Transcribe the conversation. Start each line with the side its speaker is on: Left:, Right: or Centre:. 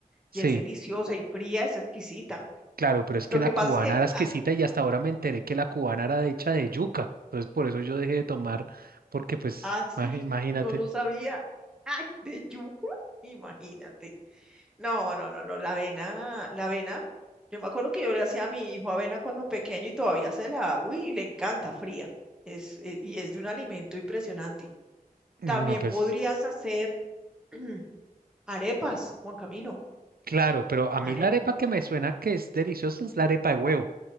Right: Sí.
Centre: Y es deliciosa y fría, es exquisita.
Right: Claro, pero es que
Centre: Lo
Right: la
Centre: que
Right: cubana
Centre: pasa es que
Right: era exquisita
Centre: a-
Right: y hasta ahora me enteré que la cubana era hecha de yuca. Entonces por eso yo dejé de tomar, porque pues,
Centre: así
Right: maje- imagínate.
Centre: no lo sabía. <laughs> ¡Ay! De yuca, imagínate. No, no, no, no, la avena, la avena. Yo me acuerdo que yo le hacía a mi hijo avena cuando pequeño y todavía se la hago y le encanta fría. Es, eh, y es de un alimento impresionante.
Right: Mm,
Centre: También
Right: No, pues,
Centre: podrías hacer <clears throat> arepas, Juan Camilo.
Right: claro, pero a mí
Centre: Arepas.
Right: la arepa que me suena que es deliciosa es la arepa de huevo,